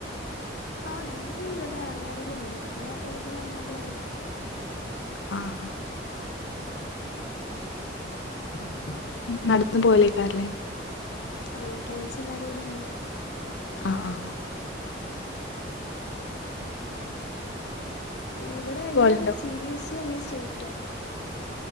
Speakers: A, on the left; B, on the left.
A: ആഹ്. ഞങ്ങളത് ഇവിടെ അങ്ങാടിയിൽ തന്നെ. ഞങ്ങളെ വീട് ഉളള അങ്ങാടിയിൽ തന്നെയാ.
B: ആഹ്
A: <inaudible>
B: നടന്നു പോകലായികാരല്ലേ
A: ആ ഫ്രണ്ട്സ് എല്ലാരും കൂടി അങ്ങനെ
B: ആഹ് ആഹ്
A: ഇവിടെ നിങ്ങള്
B: പോവലുണ്ടോ
A: സി ബി എസ് ഇ, ഓ അല്ലെങ്കിൽ സ്റ്റേറ്റോ.